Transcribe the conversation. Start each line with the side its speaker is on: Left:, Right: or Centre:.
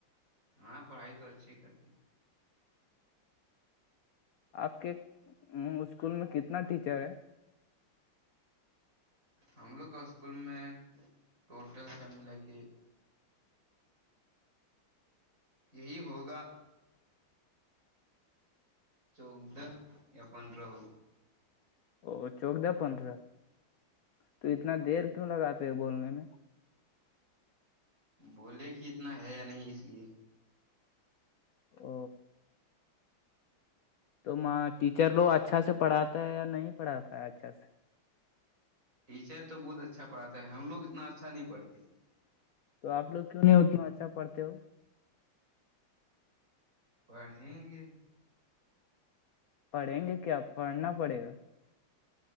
Right: ہاں پڑھائی تو اچھی کرتی
Left: آپ کے اسکول میں کتنا ٹیچر ہے
Right: ہم لوگ کا اسکول میں ٹوٹل ف ملا کے یہی ہوگا چوود د یان رہو
Left: او چوود دہ پندرہ تو اتنا دیر کیوں لگاتے ہیں بولنے میں
Right: بولے کہ اتنا ہے یا نہیں اس لیے
Left: ا تو ماں ٹیچر لو اچھا سے پڑھاتا ہے یا نہیں پڑھاتا ہے اچھا سے
Right: ٹیچر تو بہت اچھا پڑھا ہے ہم لوگ اتنا اچھا نہیں پڑھتی
Left: تو آ لوگ کیوں نہیں اتنا اچھا پڑھتے ہو
Right: پڑھیں گے
Left: پڑھیں گے کیا پڑھنا پڑے گا